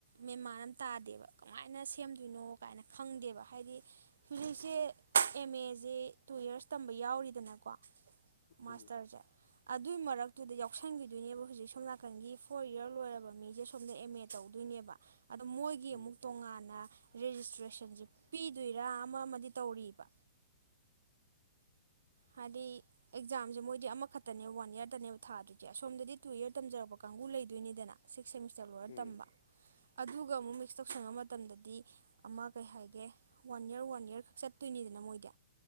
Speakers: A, on the right; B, on the left.
A: ꯃꯦꯟꯃꯥꯟ ꯑꯃ ꯇꯥꯗꯦꯕ ꯀꯃꯥꯏꯅ ꯁꯦꯝꯗꯣꯏꯅꯣ ꯀꯥꯏꯅ ꯈꯪꯗꯦꯕ ꯍꯥꯏꯗꯤ ꯍꯧꯖꯤꯛꯁꯦ ꯑꯦꯝ ꯑꯦꯁꯦ ꯇꯨ ꯌꯔꯁ ꯇꯝꯕ ꯌꯥꯎꯔꯤꯗꯅꯀꯣ ꯃꯥꯁꯇꯔꯁꯦ
B: ꯎꯝ
A: ꯑꯗꯨꯏ ꯃꯔꯛꯇꯨꯗ ꯌꯥꯎꯁꯟꯈꯤꯗꯣꯏꯅꯦꯕ ꯍꯧꯖꯤꯛ ꯁꯣꯝ ꯅꯥ ꯉꯆꯪꯒꯤ ꯐꯣꯔ ꯏꯌꯥꯔ ꯂꯣꯏꯔꯕ ꯃꯤꯁꯦ ꯁꯣꯝꯗ ꯑꯦꯝ ꯑꯦ ꯇꯧꯗꯣꯏꯅꯦꯕ ꯑꯗꯣ ꯃꯣꯏꯒꯤ
B: ꯎꯝ
A: ꯑꯃꯨꯛ ꯇꯣꯉꯥꯟꯅ ꯔꯦꯖꯤꯁꯇ꯭ꯔꯦꯁꯟꯁꯤ ꯄꯤꯗꯣꯏꯔꯥ ꯑꯃ ꯑꯃꯗꯤ ꯇꯧꯔꯤꯕ ꯍꯥꯏꯗꯤ ꯑꯦꯛꯖꯥꯝꯁꯦ ꯃꯣꯏꯗꯤ ꯑꯃꯈꯛꯇꯅꯦꯕ ꯋꯥꯟ ꯏꯔꯗꯅꯦꯕ ꯊꯥꯗ꯭ꯣꯏꯁꯦ ꯑꯁꯣꯝꯗꯗꯤ ꯇꯨ ꯏꯔ ꯇꯝꯖꯔꯛꯄ ꯀꯥꯡꯕꯨ ꯂꯩꯗꯣꯏꯅꯤꯗꯅ ꯁꯤꯁ ꯁꯤꯛꯁ ꯁꯦꯃꯤꯁꯇꯔ ꯂꯣꯏꯔ
B: ꯎꯝ
A: ꯇꯝꯕ ꯑꯗꯨꯒ ꯑꯃꯨꯛ ꯃꯤꯛꯁ ꯇꯧꯁꯟꯕ ꯃꯇꯝꯗꯗꯤ ꯑꯃ ꯀꯩ ꯍꯥꯏꯒꯦ ꯋꯥꯟ ꯌꯔ ꯋꯥꯟ ꯌꯔ ꯈꯛ ꯆꯠꯇꯣꯏꯅꯤꯗꯅ ꯃꯣꯏꯗꯤ